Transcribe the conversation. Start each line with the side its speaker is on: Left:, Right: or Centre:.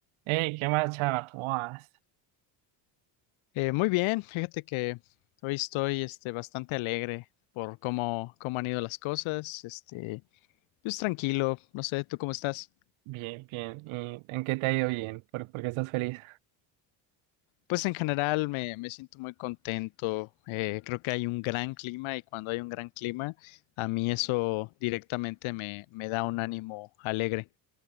Right: Hey, ¿qué más, chava? ¿Cómo vas?
Left: Eh, muy bien, fíjate que hoy estoy este, bastante alegre por cómo, cómo han ido las cosas, este, pues tranquilo, no sé, ¿tú cómo estás?
Right: Bien, bien. ¿Y en qué te ha ido bien? ¿Por, por qué estás feliz?
Left: Pues en general me, me siento muy contento, eh, creo que hay un gran clima y cuando hay un gran clima, a mí eso directamente me, me da un ánimo alegre.